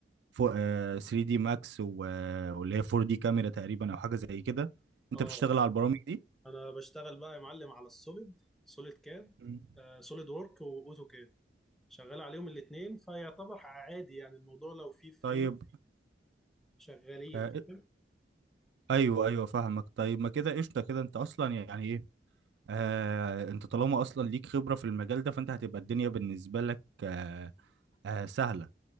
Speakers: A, on the right (about 75°); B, in the centre.
A: فو- آه، 3D ماكس و- آه، واللي هي 4D كاميرا تقريبا او حاجه زي كده انت
B: اه
A: بتشتغل على البرامج دي
B: انا بشتغل بقى يا معلم على السوليد سوليد كاد
A: مم.
B: آه سوليد وورك واوتو كاد شغال عليهم الاثنين فيعتبر عادي يعني الموضوع لو فيه فري
A: طيب
B: شغالين
A: آه،
B: فاهم
A: ايوه ايوه فاهمك طيب ما كده قشطه كده انت اصلا يعني ايه آه انت طالما اصلا ليك خبره في المجال ده فانت هتبقى الدنيا بالنسبه لك آه آه سهله